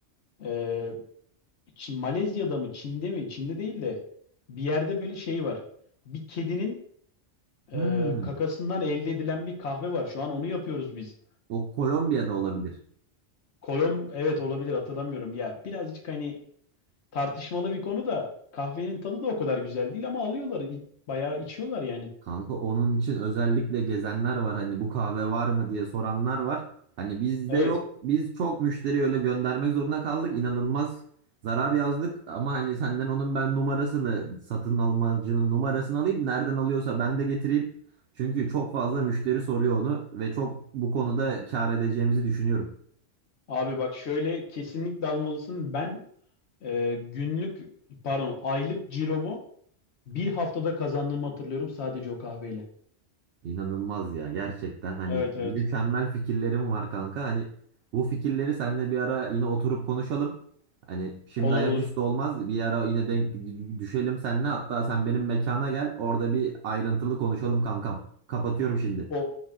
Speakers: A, on the left; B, on the right.
A: E, Çin, Malezya'da mı Çin'de mi? Çin'de değil de bir yerde böyle şey var. Bir kedinin e,
B: Hmm,
A: kakasından elde edilen bir kahve var. Şu an onu yapıyoruz biz.
B: o Kolombiya'da olabilir.
A: Kolom evet olabilir hatırlamıyorum. Ya birazcık hani tartışmalı bir konu da kahvenin tadı da o kadar güzel değil ama alıyorlar. i- Bayağı içiyorlar yani.
B: Kanka onun için özellikle gezenler var. Hani bu kahve var mı diye soranlar var. Hani bizde
A: Evet.
B: yok. Biz çok müşteri öyle göndermek zorunda kaldık. İnanılmaz zarar yazdık. Ama hani senden onun ben numarasını, satın almacının numarasını alayım. Nereden alıyorsa ben de getireyim. Çünkü çok fazla müşteri soruyor onu ve çok bu konuda kâr edeceğimizi düşünüyorum.
A: Abi bak şöyle kesinlikle almalısın. Ben e, günlük pardon aylık ciromu bir haftada kazandığımı hatırlıyorum sadece o kahveyle.
B: İnanılmaz ya gerçekten hani
A: Evet
B: mükemmel
A: evet.
B: fikirlerim var kanka. Hani bu fikirleri seninle bir ara yine oturup konuşalım. Hani şimdi
A: Olur
B: ayaküstü
A: olur.
B: olmaz bir ara yine denk düşelim seninle. Hatta sen benim mekana gel orada bir ayrıntılı konuşalım kankam. Kapatıyorum şimdi.
A: O